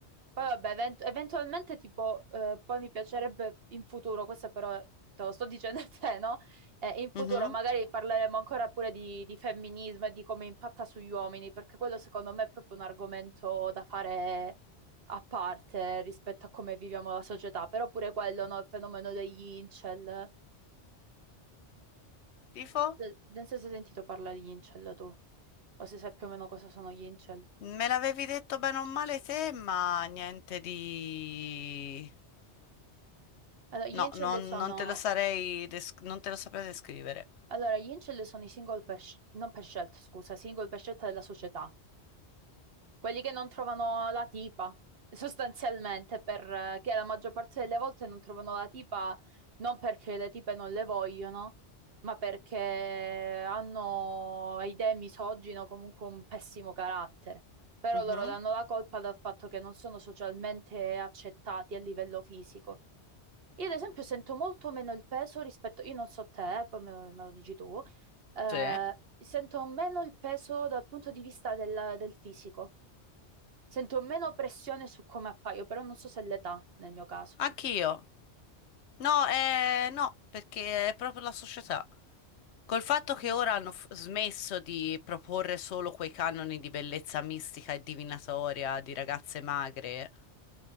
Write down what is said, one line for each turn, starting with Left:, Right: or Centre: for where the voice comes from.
Right: Poi vabbè, event- eventualmente tipo, eh, poi mi piacerebbe in futuro, questo però te lo sto dicendo a te, no? Eh, in futuro
Left: Mhm.
Right: magari parleremo ancora pure di, di femminismo e di come impatta sugli uomini, perché quello secondo me è proprio un argomento da fare a parte rispetto a come viviamo la società, però pure quello, no? Il fenomeno degli incel.
Left: Tifo?
Right: Se- Non so se hai sentito parlare di incel tu, o se sai più o meno cosa sono gli incel.
Left: Me l'avevi detto bene o male te, ma niente di...
Right: Allora, gli
Left: No,
Right: incel
Left: non,
Right: sono...
Left: non te lo sarei des- non te lo saprei descrivere.
Right: Allora, gli incel sono i single per, sc- non per scelta, scusa, single per scelta della società. Quelli che non trovano la tipa, sostanzialmente, perché la maggior parte delle volte non trovano la tipa non perché le tipe non le vogliono, ma perché hanno idee misogine o comunque un pessimo carattere. Però
Left: Mhm,
Right: loro danno la colpa dal fatto che non sono socialmente accettati a livello fisico. Io ad esempio sento molto meno il peso rispetto, io non so te, eh, poi me lo, me lo dici tu, eh,
Left: Sì,
Right: sento meno il peso dal punto di vista del, del fisico, sento meno pressione su come appaio, però non so se è l'età nel mio caso.
Left: anch'io. No, eh, no, perché è proprio la società. Col fatto che
Right: Mm,
Left: ora
Right: mm.
Left: hanno f- smesso di proporre solo quei canoni di bellezza mistica e divinatoria di ragazze magre,